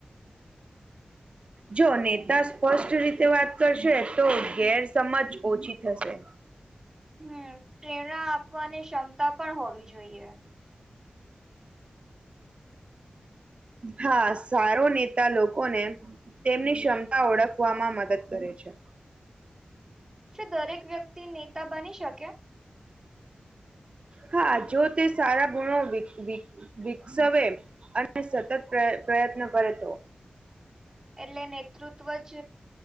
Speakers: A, on the right; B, on the right.
A: જો નેતા સ્પષ્ટ રીતે વાત કરશે તો ગેરસમજ ઓછી થશે બ
B: હમ પ્રેરણા આપવાની ક્ષમતા પણ હોવી જોઈએ.
A: હા સારો નેતા લોકોને તેમની ક્ષમતા ઓળખવામાં મદદ કરે છે.
B: શું દરેક વ્યક્તિ નેતા બની શકે?
A: હા જો તે સારા ગુણો વી વી વિકસાવે અને સતત પ્ર પ્રયત્ન કરે તો
B: એટલે નેતૃત્વ જ